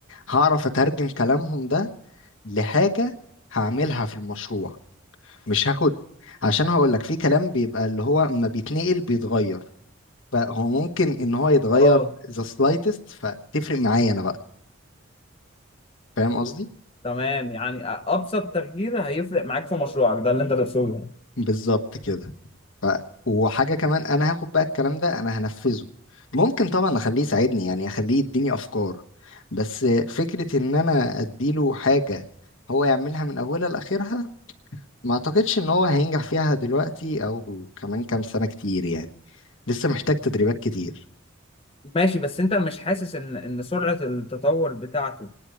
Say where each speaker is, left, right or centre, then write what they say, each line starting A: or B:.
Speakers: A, on the left (about 70°); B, on the left (about 25°).
A: هعرف اترجم كلامهم ده لحاجة هعملها في المشروع مش هاخد عشان هقول لك في كلام بيبقى اللي هو اما بيتنقل بيتغير فهو ممكن ان هو يتغير
B: اه
A: the slightest فتفرق معايا انا بقى فاهم قصدي
B: تمام يعني ابسط تغيير هيفرق معاك في مشروعك ده اللي انت تقصده يعني
A: بالظبط كده ف... وحاجة كمان انا هاخد بقى الكلام ده انا هنفذه ممكن طبعا اخليه يساعدني يعني اخليه يديني افكار بس فكرة ان انا اديله حاجة هو يعملها من اولها لاخرها ما اعتقدش ان هو هينجح فيها دلوقتي او كمان كام سنة كتير يعني لسه محتاج تدريبات كتير
B: ماشي بس انت مش حاسس ان ان سرعه التطور بتاعته